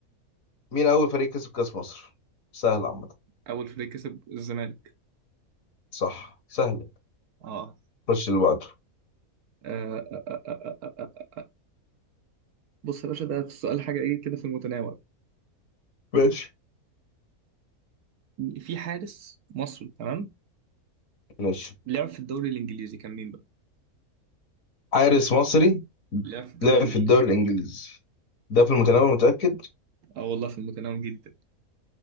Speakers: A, on the left; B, on the right.
A: مين أول فريق كسب كأس مصر؟ سهل عامة
B: اول فريق كسب الزمالك
A: صح سهل
B: اه
A: خش اللي بعده
B: آه، آه، آه، آه، آه، آه. آه. بص يا باشا ده في السؤال حاجه ايه كده في المتناول
A: ماشي
B: في حارس مصري تمام
A: ماشي
B: لعب في الدوري الانجليزي كان مين بقى
A: حارس مصري
B: لعب في الدوري
A: لعب
B: الانجليزي
A: في الدوري الإنجليزي ده في المتناول متأكد
B: اه والله في المتناول جدا